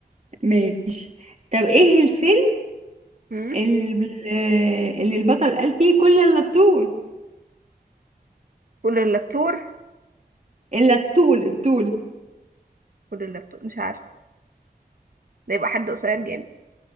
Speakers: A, on the right (about 45°); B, on the right (about 60°).
A: ماشي طب ايه الفيلم
B: امم
A: اللي, آه اللي البطل قال فيه كل الا الطول
B: كل اللتور
A: الا الطول الطول
B: كل اللتور مش عارفة ده يبقى حد قصير جامد